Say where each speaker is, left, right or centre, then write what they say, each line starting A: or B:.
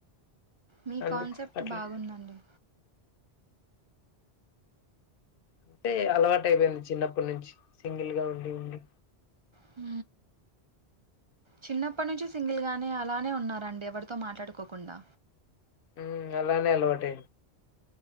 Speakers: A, on the right (about 40°); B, on the left (about 60°).
A: మీ
B: అందుకు
A: కాన్సెప్ట్
B: అట్లా
A: బాగుందండి
B: అంటే అలవాటు అయిపోయింది చిన్నప్పటినుంచి సింగిల్ గా ఉండి ఉండి
A: హు చిన్నప్పటి నుంచి సింగిల్ గానే అలానే ఉన్నారండి ఎవరితో మాట్లాడుకోకుండా
B: హ్మ్ అలానే అలవాట్